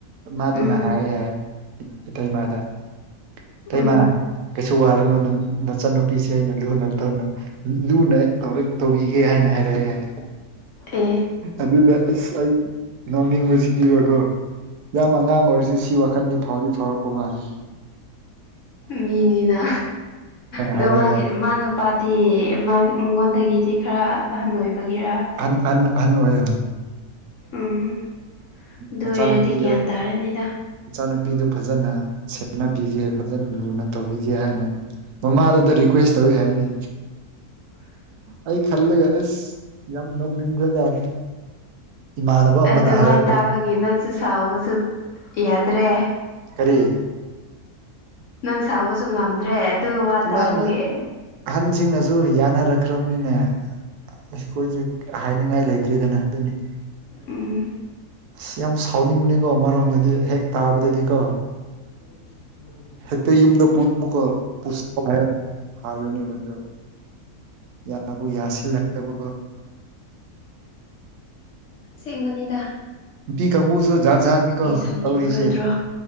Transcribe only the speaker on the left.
ꯎꯝ
ꯎꯝ
ꯑꯦ
ꯃꯤꯅꯤꯅ ꯑꯗꯣ
ꯃꯥꯒꯤ ꯃꯥꯅ ꯅꯨꯄꯥꯗꯤ ꯃꯉꯣꯟꯗꯒꯤꯗꯤ ꯈꯔ ꯑꯍꯟ ꯑꯣꯏꯕꯒꯤꯔ
ꯎꯝ ꯑꯗꯨ
ꯑꯣꯏꯔꯗꯤ ꯒ꯭ꯌꯥꯟ ꯇꯥꯔꯅꯤꯗ
ꯑꯗꯨꯃꯥꯏꯅ
ꯇꯥꯕꯒꯤ ꯅꯪꯁꯨ ꯁꯥꯎꯕꯁꯨ ꯌꯥꯗ꯭ꯔꯦ
ꯅꯪ ꯁꯥꯎꯕꯁꯨ ꯉꯝꯗ꯭ꯔꯦ ꯑꯗꯨ ꯋꯥ
ꯇꯥꯕꯒꯤ
ꯎꯝ
ꯎꯝ ꯎꯝ
ꯁꯦꯡꯕꯅꯤꯗ
ꯁꯥꯎꯅꯤꯡꯉꯔꯣꯏꯗ꯭ꯔꯣ